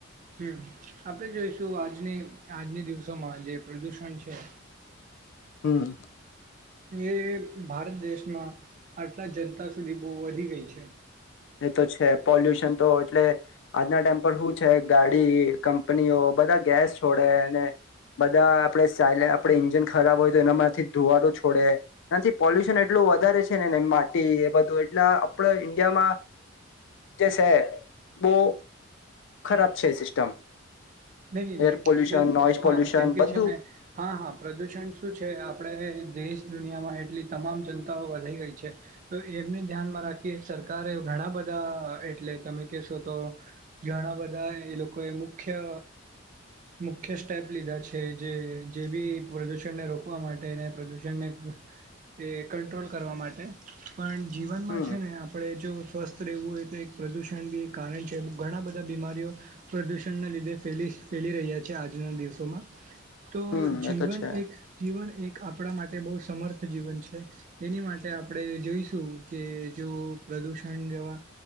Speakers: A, on the right; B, on the left.
A: હમ આપણે જોઈશું આજની આજના દિવસોમાં જે પ્રદૂષણ છે
B: હમ
A: એ ભારત દેશમાં આટલા જનતા સુધી બહુ વધી ગઈ છે
B: એ તો છે પોલ્યુશન તો એટલે આજના ટાઈમ પર શું છે ગાડી કંપનીઓ બધા ગેસ છોડે અને બધા આપણે સા આપણે ઇન્જન ખરાબ હોય તો એનામાંથી ધુવારો છોડે એથી પોલ્યુશન એટલું વધારે છે નેને માટી એ બધું એટલે આપણા ઈન્ડિયામાં જે છે બહુ ખરાબ છે સિસ્ટમ
A: નહી નહી
B: એર પોલ્યુશન
A: કેમકે
B: નોઈઝ
A: હા
B: પોલ્યુશન
A: કેમકે
B: બધું
A: છે ને હા હા પ્રદુષણ શું છે આપણે દેશ દુનિયામાં એટલી તમામ જનતાઓ વધી ગઈ છે તો એમને ધ્યાનમાં રાખી સરકારે ઘણા બધા એટલે તમે કેહેશો તો ઘણા બધા એ લોકોએ મુખ્ય મુખ્ય સ્ટેપ લીધા છે જે જે બી પ્રદૂષણને રોકવા માટે અને પ્રદૂષણને એ કંટ્રોલ કરવા માટે પણ જીવનમાં
B: હમ
A: છે ને આપણે જો સ્વસ્થ રહેવું હોય તો એક પ્રદૂષણ બી એક કારણ છે ઘણા બધા બીમારીઓ પ્રદૂષણના લીધે ફેલી ફેલી રહ્યા છે આજના દિવસોમાં તો
B: હમ
A: જીવન
B: એ તો છે
A: એક જીવન એક આપણા માટે બહુ સમર્થ જીવન છે એની માટે આપણે જોઈશું કે જો પ્રદૂષણ જેવા